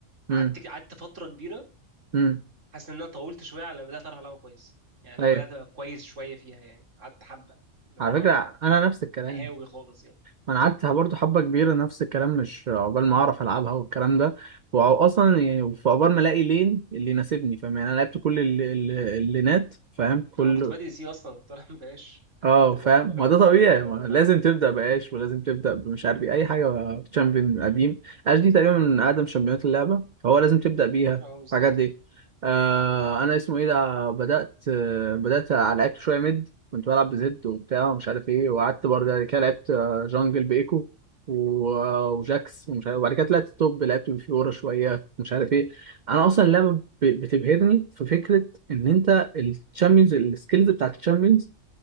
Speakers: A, on the right; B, on the right.
A: امم
B: قعدت قعدت فترة كبيرة
A: امم
B: حاسس إن أنا طولت شوية على ما بدأت أعرف ألعبها كويس يعني
A: ايوه
B: هو بدأت أبقى كويس شوية فيها يعني قعدت حبة اللي
A: على
B: هو
A: فكرة أنا نفس الكلام
B: هاوي خالص يعني
A: أنا قعدت برضه حبة كبيرة نفس الكلام مش عقبال ما أعرف ألعبها والكلام ده وأصلا يعني في عقبال ما ألاقي لين اللي يناسبني فاهم يعني أنا لعبت كل ال- ال- اللينات فاهم كل
B: أنا كنت بادئ سي أصلا كنت ألعب باش
A: اه
B: <laughs> ده
A: فاهم ما
B: أول
A: ده
B: ده
A: طبيعي
B: أول حاجة بدأت
A: ما
B: ألعب
A: لازم
B: بيها
A: تبدا باش ولازم تبدا بمش عارف ايه اي حاجه تشامبيون
B: أمم.
A: قديم اش دي تقريبا من اقدم شامبيونات اللعبه فهو لازم تبدا بيها
B: اه بالظبط
A: الحاجات دي آه انا اسمه ايه ده بدات آه بدات لعبت شويه ميد كنت بلعب بزد وبتاع ومش عارف ايه وقعدت برضه بعد كده لعبت آه، جانجل بايكو و- آه، وجاكس ومش عارف وبعد كده طلعت توب لعبت بفيورا شويه مش عارف ايه انا اصلا اللعبه ب- بتبهرني في فكره ان انت الشامبيونز السكيلز بتاعت الشامبيونز